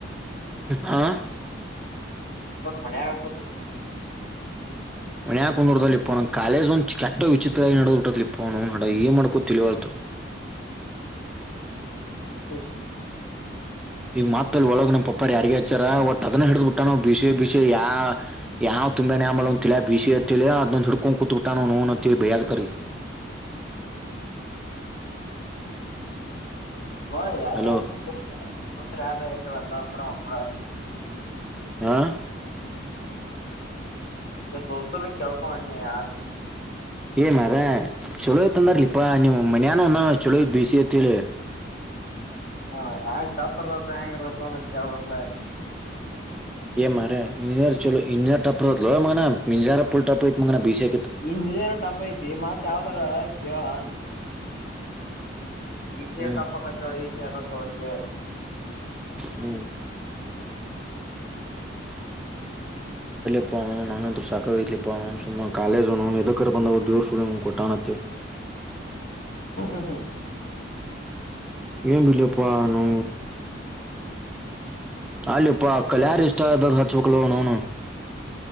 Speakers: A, in the centre; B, on the left (about 55°).
A: ಹಾ
B: ಟ ಮನೆ ಆ ಕೊಟ
A: ಮನ್ಯಾಕಂದ್ಡತ ಇಪ್ಪವಣ್ಣ ಕೇ್ ಒಂದ ಚ ಕೆಟ್ಟ ವಿಚಿತ್ರವಾಗಿ ನಡೋಟ್ಟ ಇಪ್ಪವಣಡ ನ್ ಮಾಡ್ಕೋ ತಿಳವಲ್ು
B: ಹೌ
A: ಈಗ ಮಾತಲ್ಲಿ ಒಳಗ ನಮ್ಮ ಪಪ್ಪ ಯಾರಗ ಹಚ್ಚಾರ ಒಟ್ಟಟ್ ಅದನ್ನ ಹಿಡ್ದ ಬಿಿಟ್ಟ ನ ಬಿಸೆ ಬಿಸ ಯಾ ಯಾವ ತುಂಬೇ ಅಂಬಲಂತಾ ಬಿಸಿ ಅತ್ತ ಅದೊಂದ ಹಿಡ್ಕೊಂಡ ಕುೂತ್ ಊಟ ನೋ ಬೈಿ ಆಗ್ತರಿ
B: ಒ
A: ಹಲೋ
B: ದಾವರ ಕೂಡ
A: ಹ
B: ನಿ್ ದೋಸ್ರ ಕೇಳ್ಕೊಣ್ಣಿ ಯ
A: ಏ ಮಾರ ಚಲೋ ಯತ ಅಂದಾರಲಿಪಾ ನಿಮ್ಮ್ ಮನ್ಯಾನ ಒಂದ ಚಲೋ ಇ ಬಿಸಿ ತ್ ಹೇಳೇಳಿ
B: ಹಾ ಹೆ್ಯಾಂಗ್ ಕಾಪರ್ತ್ ಹೆಂಗ ಇರತ್ ಒನ ಕಕ್ಲ
A: ಮಾರ ಇಂಜಾರ ಚಲೋ ಇಂಜಾರಟಪಪ್ರುತ ಮ ಇಂಜಾರ ಪಫುಲ್ಟಪುಯಿತ ಮ ಭೀಷೆ
B: ಇಂಜಿನಿಯರ್ ಟಪ್ ಐತಿತಿ ಮತ್ ಯಾವ್ದಾರ ಕೇಳ ಈಶೇ
A: ಹ್ಮ್
B: ಫ್ ಆಗತ್ತ ಈಶೆ ಆಗತ್ತ ಅಷ್ಟೇ
A: ಹ್ಮ ಪ್ಪ ನಂಗಂತ್ರ ಸ ಸಾಕಯ್ತಿಲಿಪ್ಪಣ ಸುಮ್ ಕಾಲೇಜು ಇದಕರ್ ಬಂದ ದವರ್ ಸು ಕೊಟ್ಟ ೆ
B: ಹ್ಮ ಹ್ಮ್ ಹ್ಮ್
A: ಏನ್ ಬಿಳಿಯಪ್ಪ ಅವ್ನು ಅಲ್ಲಿಪ್ಪಾ ಕಲ್ಯಾರು ಇಷ್ಟ ಅ ಹಚ್ಕ್ಳ ನೂನು